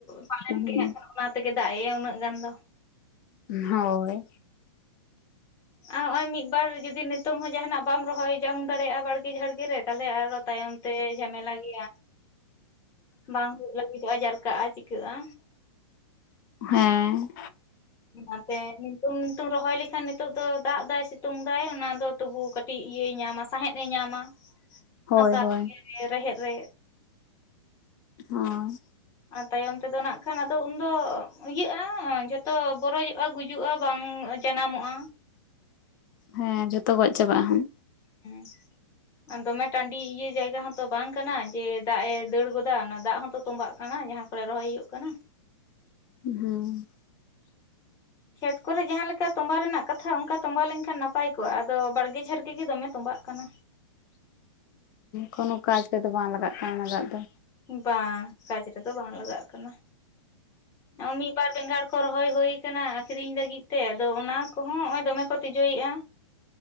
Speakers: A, on the left; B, on the left.
A: ᱯᱟᱞᱮᱱ
B: ᱦᱮᱸ
A: ᱜᱮ ᱦᱟᱜ ᱠᱷᱟᱱ ᱚᱱᱟ ᱛᱮᱜᱮ ᱫᱟᱜ ᱮᱫ ᱮ ᱩᱱᱟᱹᱜ ᱜᱟᱱ ᱫᱚ
B: ᱦᱳᱭ
A: ᱟᱨ ᱦᱚᱸᱜ ᱚᱭ ᱢᱤᱫ ᱵᱟᱨ ᱡᱩᱫᱤ ᱱᱤᱛᱚᱝ ᱦᱚᱸ ᱡᱟᱦᱟᱱᱟᱜ ᱵᱟᱢ ᱨᱚᱦᱚᱭ ᱡᱚᱝ ᱫᱟᱲᱮᱭᱟᱜᱼᱟ ᱵᱟᱲᱜᱮ ᱡᱷᱟᱲᱜᱮ ᱨᱮ ᱛᱟᱦᱚᱞᱮ ᱟᱨ ᱚ ᱛᱟᱭᱚᱢ ᱛᱮ ᱡᱷᱟᱢᱮᱞᱟ ᱜᱮᱭᱟ᱾ ᱵᱟᱝ ᱦᱩᱭᱩᱜ ᱞᱟᱹᱜᱤᱫᱚᱜᱼᱟ ᱡᱟᱨᱠᱟᱜᱼᱟ ᱪᱤᱠᱟᱹᱜᱼᱟ
B: ᱦᱮᱸ
A: ᱚᱱᱟᱛᱮ ᱱᱤᱛᱚᱝ ᱫᱚ ᱨᱚᱦᱚᱭ ᱞᱮᱠᱷᱟᱱ ᱱᱤᱛᱚᱜ ᱫᱚ ᱫᱟᱜ ᱫᱟᱭ ᱥᱤᱛᱩᱝ ᱫᱟᱭ ᱚᱱᱟᱫᱚ ᱛᱚᱵᱩ ᱠᱟᱹᱴᱤᱡ ᱤᱭᱟᱹᱭ ᱧᱟᱢᱟ ᱥᱟᱸᱦᱸᱮᱫ ᱮ ᱧᱟᱢᱟ
B: <inaudible>
A: ᱦᱟᱥᱟ
B: ᱦᱳᱭ
A: <unintelligible> ᱨᱮᱦᱮᱫ ᱨᱮ
B: ᱦᱚᱸ
A: ᱟᱨ ᱛᱟᱭᱚᱢ ᱛᱮᱫᱚ ᱱᱟᱜ ᱠᱷᱟᱱ ᱟᱫᱚ ᱩᱱᱫᱚ ᱤᱭᱟᱹᱜᱼᱟ ᱡᱷᱚᱛᱚ ᱵᱚᱨᱚᱡᱚᱜᱼᱟ ᱜᱩᱡᱩᱜᱼᱟ ᱵᱟᱝ ᱡᱟᱱᱟᱢᱚᱜᱼᱟ
B: ᱦᱮᱸ ᱡᱷᱚᱛᱚ ᱜᱚᱡ ᱪᱟᱵᱟᱜ ᱟ ᱦᱟᱜ
A: ᱦᱩᱸ ᱫᱚᱢᱮ ᱴᱟᱺᱰᱤ ᱤᱭᱟᱹ ᱡᱟᱭᱜᱟ ᱦᱚᱸᱛᱚ ᱵᱟᱝ ᱠᱟᱱᱟ ᱡᱮ ᱫᱟᱜ ᱮ ᱫᱟᱹᱲ ᱜᱚᱫᱟ ᱚᱱᱟ ᱫᱟᱜ ᱦᱚᱸᱛᱚ ᱛᱚᱸᱵᱟᱜ ᱠᱟᱱᱟ ᱡᱟᱦᱟᱸ ᱠᱚᱨᱮ ᱨᱚᱦᱚᱭ ᱦᱩᱭᱩᱜ ᱠᱟᱱᱟ᱾
B: ᱦᱮᱸ
A: ᱠᱷᱮᱛ ᱠᱚᱨᱮ ᱡᱟᱦᱟᱸ ᱞᱮᱠᱟ ᱛᱚᱸᱵᱟ ᱨᱮᱱᱟᱜ ᱠᱟᱛᱷᱟ ᱚᱱᱠᱟ ᱛᱚᱸᱵᱟ ᱞᱮᱱᱠᱷᱟᱱ ᱱᱟᱯᱟᱭ ᱠᱚᱜᱼᱟ ᱟᱫᱚ ᱵᱟᱲᱜᱮ ᱡᱷᱟᱲᱜᱮ ᱜᱮ ᱫᱚᱢᱮ ᱛᱚᱸᱚᱵᱟᱜ ᱠᱟᱱᱟ᱾
B: ᱠᱳᱱᱳ ᱠᱟᱡᱽ ᱨᱮᱫᱚ ᱵᱟᱝ ᱞᱟᱜᱟᱜ ᱠᱟᱱᱟ ᱚᱱᱟ ᱫᱟᱜ ᱫᱚ
A: ᱵᱟᱝ ᱠᱟᱡᱽ ᱨᱮᱫᱚ ᱵᱟᱝ ᱞᱟᱜᱟᱜ ᱠᱟᱱᱟ ᱢᱤᱫ ᱵᱟᱨ ᱵᱮᱸᱜᱟᱲ ᱠᱚ ᱨᱚᱦᱚᱭ ᱦᱩᱭ ᱠᱟᱱᱟ ᱟᱠᱷᱨᱤᱧ ᱞᱟᱹᱜᱤᱫ ᱛᱮ ᱟᱫᱚ ᱚᱱᱟ ᱠᱚᱦᱚᱸ ᱱᱚᱜ ᱚᱭ ᱫᱚᱢᱮ ᱠᱚ ᱛᱤᱡᱩᱭᱮᱫᱼᱟ